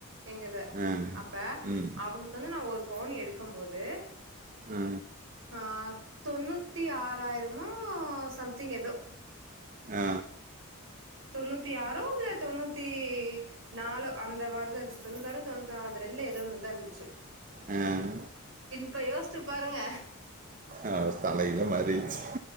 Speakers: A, on the right; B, on the right.
A: எங்கத
B: ஆ
A: அப்ப
B: ம்
A: அவங்களுக்கு வந்து நா ஒரு பவுன் எடுக்கும் போது
B: ஆ
A: ஆ தொண்ணூத்தி ஆராயிரமோ சம்திங் எதோ
B: ஆ
A: தொண்ணூத்தி ஆறோ இல்ல தொண்ணூத்தி நாலோ அந்த மாரிதா இருந்துச்சு தொண்ணூத்தி ஆரோ இல்ல தொண்ணூத்தி நாலோ அந்த ரெண்டுல ஏதோ ஒண்ணு தா இருந்துச்சு
B: ம்
A: இப்ப யோசுச்சு பாருங்க
B: ஆஹ் தலகில மாரிச்சு